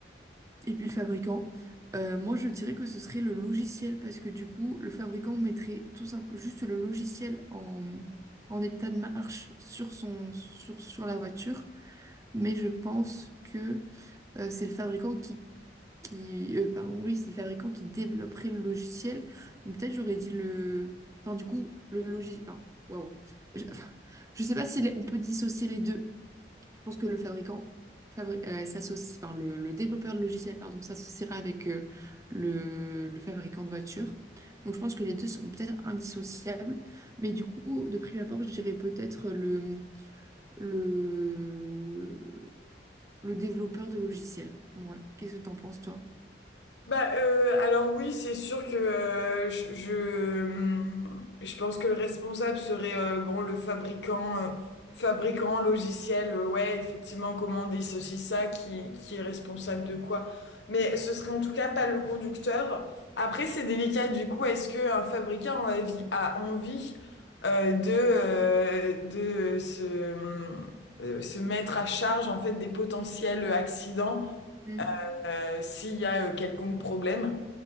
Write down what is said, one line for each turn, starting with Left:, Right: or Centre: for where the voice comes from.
Right: et puis le fabricant. Euh, moi, je dirais que ce serait le logiciel parce que du coup, le fabricant mettrait tout simple, juste le logiciel en, en état de marche sur son, sur, sur la voiture. Mais je pense que euh, c'est le fabricant qui qui, euh, pardon, oui, c'est le fabricant qui développerait le logiciel. Donc peut-être j'aurais dit le, enfin du coup le logiciel. Enfin, waouh. Je, enfin, je sais pas si les- on peut dissocier les deux. Je pense que le fabricant fabri- euh, s'associe, enfin le, le développeur de logiciel, pardon, s'associera avec euh, le, le fabricant de voiture. Donc je pense que les deux seront peut-être indissociables. Mais du coup, de prime abord, je dirais peut-être le, le, le développeur de logiciel. Ouais. Qu'est-ce que t'en penses, toi?
Left: Bah, euh, alors oui, c'est sûr que euh, je, je, hum, je pense que le responsable serait euh, bon le fabricant euh, fabricant logiciel euh, ouais effectivement commander ceci ça qui qui est responsable de quoi mais ce serait en tout cas pas le conducteur après c'est délicat du coup est-ce que un fabricant a envie a envie euh, de euh, de se hum, euh, se mettre à charge en fait des potentiels accidents
Right: Mm.
Left: euh, s'il y a euh, quelconque problème